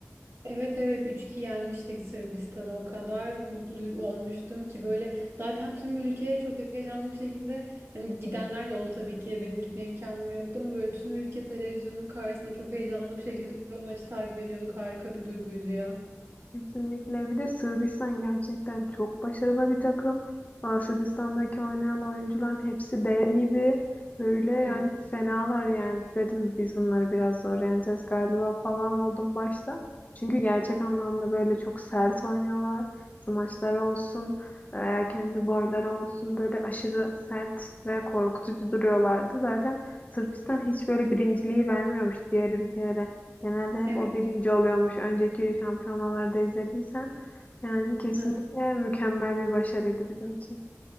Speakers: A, on the right; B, on the left.
A: Evet evet 3-2 yenmiştik Sırbistan'ı o kadar mutlu olmuştum ki böyle zaten tüm ülke çok heyecanlı bir şekilde hani gidenler de oldu tabii ki benim gitme imkanım yoktu ama böyle tüm ülke televizyonun karşısında çok heyecanlı bir şekilde o maçı takip ediyorduk harika bir duyguydu ya.
B: Kesinlikle. Bir de Sırbistan gerçekten çok başarılı bir takım. Aa, Sırbistan'daki oynayan oyuncuların hepsi dev gibi. Böyle yani
A: Hı.
B: fenalar yani. Dedim biz bunları biraz zor yeneceğiz galiba falan oldum başta. Çünkü gerçek anlamda böyle çok sert oynuyorlar. Smaçlar olsun veya kendi boyları olsun böyle aşırı sert ve korkutucu duruyorlardı. Zaten Sırbistan hiç böyle birinciliği vermiyormuş diğer ülkelere. Genelde hep
A: Evet.
B: o birinci oluyormuş. Önceki şampiyonalarda izlediysen yani kesinlikle
A: evet.
B: mükemmel bir başarıydı bizim için.